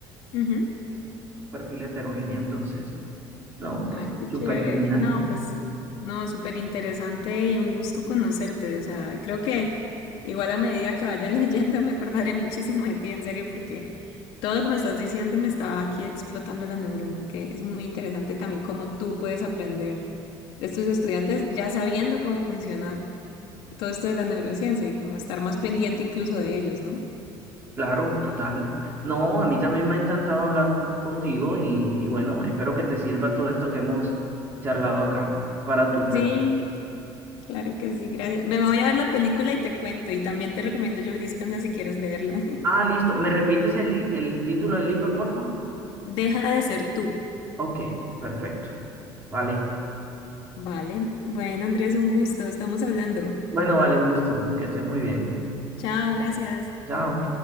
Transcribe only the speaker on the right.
perfil heterogéneo. Entonces, no,
pues
súper
genial.
Claro, total. No, a mí también me ha encantado hablar contigo y, y bueno, espero que te sirva todo esto que hemos charlado acá para tu per.
Ah, listo. ¿Me repites el, el título del libro, porfa?
Ok, perfecto. Vale.
Bueno, vale, un gusto. Que estés muy bien.
Chao.